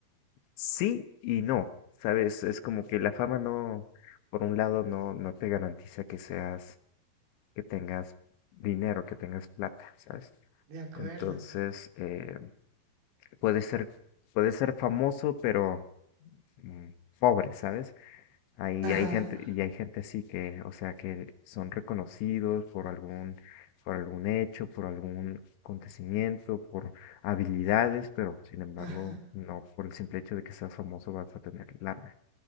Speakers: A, on the left; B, on the right.
A: sí y no, ¿sabes? Es como que la fama no, por un lado, no, no te garantiza que seas, que tengas dinero, que tengas plata, ¿sabes?
B: De acuerdo.
A: Entonces, eh, puede ser, puede ser famoso, pero mm, pobre, ¿sabes? Ahí
B: Ajá,
A: hay gente, y hay gente así que, o sea, que son reconocidos por algún, por algún hecho, por algún acontecimiento, por habilidades, pero sin embargo,
B: ajá.
A: no por el simple hecho de que seas famoso vas a tener lana,